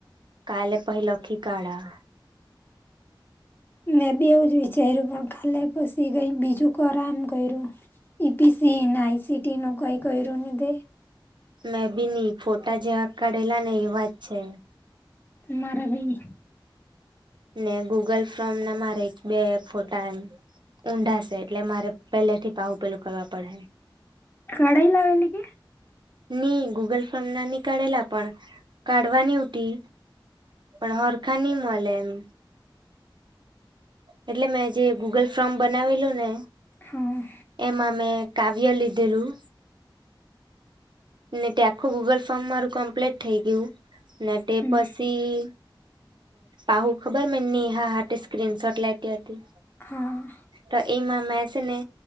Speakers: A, on the right (about 65°); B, on the left (about 25°).
A: કાલે પહલખી કાઢા
B: મેં બેવું જ વિચાર્યું પણ કાલે પછી ગઈ બીજું કર એમ કર્યું ઈ પીસી એનઆઈસીટી નું કહી કર્યુંન દ
A: મેં બી નહ ફોટા જેવા કાઢેલા ને એ વાત છે.
B: મારા ભી
A: ને ગૂગલ ફોમ ના મારે એક બે ફોટા એમ ઊંડાશે એટલે મારે પહેલે થી પાવુ પેલું કરવા પડે
B: કડાઈ લાવે આવે એલી કે.
A: નહી ગૂગલ ફોમ ના ન કઢેલા પણ કઢવાની હોતી. પણ હરખા નહી મળે એમ એટલે મેં જે ગૂગલ ફોમ બનાવેલું ને
B: હા.
A: એમાં મેં કાવ્ય લીધેલું. ને તે આખું ગૂગલ ફોર્મ મારું કમ્પ્લીટ થઈ ગયું ને તે
B: હમ
A: પછી અ પહુ ખબર નેહા હા સ્ક્રીન શોટ લેટી હતી.
B: હા.
A: તો એમાં મેં છે ને